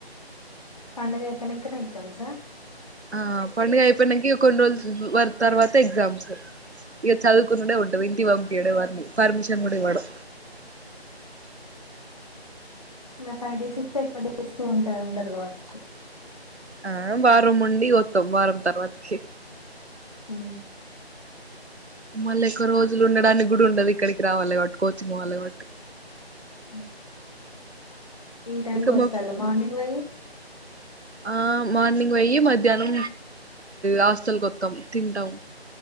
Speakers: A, on the left; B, on the right.
A: పండుగ అయిపోనాకనా ఎగ్జామ్సా
B: ఆ పండుగ అయిపోయినికి కొన్ని రోజులు వర తర్వాత ఎగ్జామ్స్ ఇక చదువుకునేే ఉంటు ఇంటి ఇవ పంపిడు పర్మ్ చ్చమడివాడు
A: ఇంకా ఫైవ్ డేస్ ఇస్తే ఎక్కువ డేస్ కు ఉంట ఉండరు కావచ్చు
B: ఆ వారం ఉండి వత్తాం వారం తర్వాతకి
A: ఆ
B: మళ్ళీ ఎక్కు రోజులు ఉండడానికి కూడా ఉండదు ఇక్కడికి రావాలి కాబట్టి కోచింగ్ పోవాలి కాబట్టి
A: ఆ ఈ టైమ్కి
B: ఇంకా
A: వస్తలా
B: మా
A: మార్నింగ్ పొయ్యి
B: ఆ మార్నింగ్ వెయ్యి మధ్యాహ్నం హాస్టల్కి వత్తం తింటాం